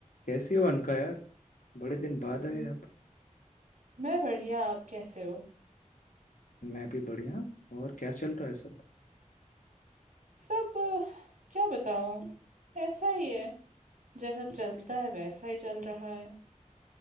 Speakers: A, on the left; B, on the right.
A: कैसी हो अनका यार बड़े दिन बाद आए
B: हम्म,
A: आप
B: मैं बढ़िया आप कैसे हो
A: मैं भी बढ़िया और क्या चल रहा है सब
B: सब अ, क्या बताऊं ऐसा ही है जैसा चलता है वैसा ही चल रहा है